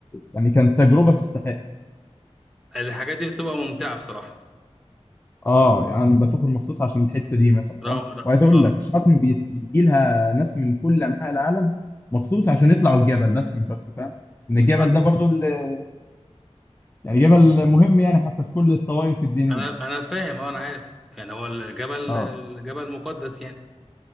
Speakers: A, on the left (about 20°); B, in the centre.
A: يعني كانت تجربه تستحق
B: الحاجات دي بتبقى ممتعة بصراحة
A: اه يعني انا بسافر مخصوص عشان الحته دي مثلا
B: رو-
A: فاهم
B: رو-
A: وعايز اقول
B: اه
A: لك شرم بي- بيجي لها ناس من كل انحاء العالم مخصوص عشان يطلعوا الجبل بس مش اكتر فاهم ان الجبل
B: آه.
A: ده برضو ال- يعني جبل مهم يعني حتى في كل الطوائف الدينيه
B: انا انا فاهم اه انا عارف يعني هو الجبل
A: اه
B: الجبل مقدس يعني